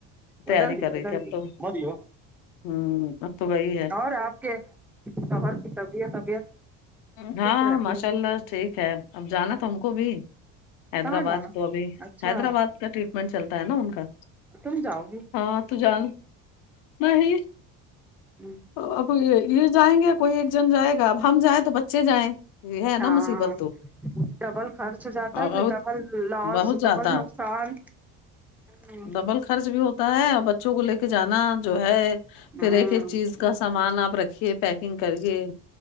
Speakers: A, on the left; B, in the centre.
A: تیاری
B: بدل دی
A: کر رہی
B: بدل
A: تھی اب
B: دی
A: تو ہوں اب تو وہی ہے
B: اور آپ کے شوہر کی طبیعت طبیعت
A: ہاں
B: ٹھیک رہتی
A: ماشاء
B: ہے
A: اللہ ٹھیک ہے اب جانا تھا ان کو بھی حیدرآباد
B: کہاں جانا
A: تو ابھی
B: اچھا
A: حیدرآباد کا ٹریٹمنٹ چلتا ہے نا ان کا
B: تم جاؤ گی
A: ہاں تو جان نہیں
B: ہوں
A: اب یہ جائیں گے یا کوئی ایک جنا جائے گا اب ہم جائیں تو بچے جائیں یہ ہے نا
B: ہاں
A: مصیبت تو
B: ڈبل خرچ ہو جاتا
A: اور
B: ہے پھر
A: اور
B: ڈبل لاس
A: بہت زیادہ
B: ڈبل نقصان ہ
A: ڈبل خرچ بھی ہوتا ہے اور بچوں کو لے کے جانا جو ہے پھر
B: ہوں
A: ایک ایک چیز کا سامان آپ رکھیے پیکنگ کریے